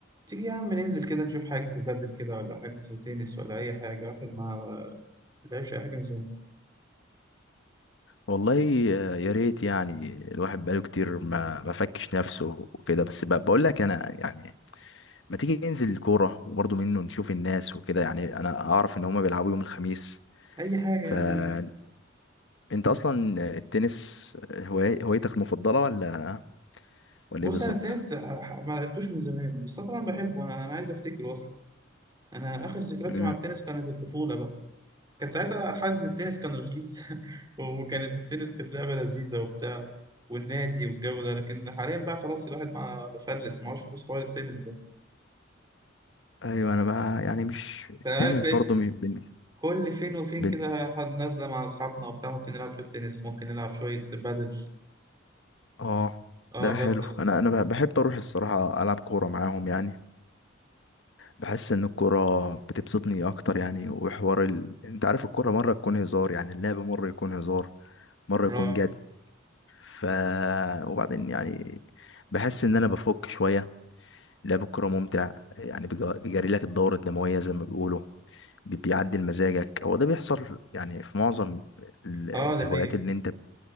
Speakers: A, on the right; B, on the left.
A: تيجي يا عم ننزل كده نشوف حجز بدل كده ولا حجز تنس ولا أي حاجة واحد ما لعبش أي حاجة من زمان
B: والله يا ريت يعني الواحد بقاله كتير ما ما فكش نفسه وكده بس ب- بقول لك انا يعني ما تيجي ننزل الكوره وبرضه منه نشوف الناس وكده يعني انا اعرف ان هما بيلعبوا يوم الخميس
A: أي حاجة
B: فانت
A: يا عم أنا معاك.
B: اصلا التنس هواي... هوايتك المفضله ولا ولا
A: بص
B: ايه بالظبط
A: أنا التنس ما لعبتوش من زمان بس أنا طبعا بحبه أنا أنا عايز أفتكره أصلا أنا آخر ذكرياتي
B: امم
A: مع التنس كانت الطفولة بقى كان ساعتها حجز التنس كان رخيص <laughs> وكانت التنس كانت لعبة لذيذة وبتاع والنادي والجو ده لكن حاليا بقى خلاص الواحد ما فلس معهوش فلوس حوار التنس ده
B: ايوه انا بقى يعني مش
A: انت
B: التنس
A: عارف إيه؟
B: برضه م- بن...
A: كل فين وفين
B: بن...
A: كده حد نازلة مع أصحابنا وبتاع ممكن نلعب شوية تنس ممكن نلعب شوية بادل
B: اه
A: اه
B: ده
A: بس
B: حلو
A: لكن
B: انا انا بحب اروح الصراحه العب كوره معاهم يعني بحس ان الكرة بتبسطني اكتر يعني وحوار ال... انت عارف الكرة مرة تكون هزار يعني اللعب مرة يكون هزار مرة
A: اه
B: يكون جد ف وبعدين يعني بحس ان انا بفك شوية لعب الكرة ممتع يعني بيج- بيجري لك الدورة الدموية زي ما بيقولوا بي- بيعدل مزاجك هو ده بيحصل يعني في معظم ال-
A: اه دي
B: الهوايات
A: حقيقة
B: اللي انت